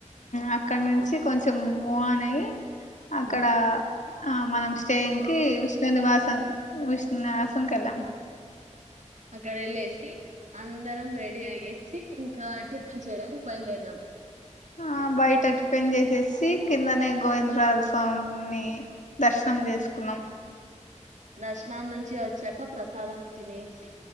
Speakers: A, on the left; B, on the right.
A: అక్కడ నుంచి కొంచెం మూహన్ అయి అక్కడ
B: ఉమ్
A: ఆ మనం స్టేయంగ్ కి విష్ణు నివాసం విష్ణు నివాసం కి వెళ్ళాం
B: అక్కడ వెళ్ళసి అందరం రెడీ అయ్యేసి ఇంకా టిఫిన్ చేయడానికి బ యలు దేరినం
A: ఆ బయట టిఫిన్ చేసేసి కిందనే గోవిందరాజ స్వామి ని దర్శనం చేసుకున్నాం
B: దర్శన నుంచి వచ్చాక ప్రసాదం తినేసి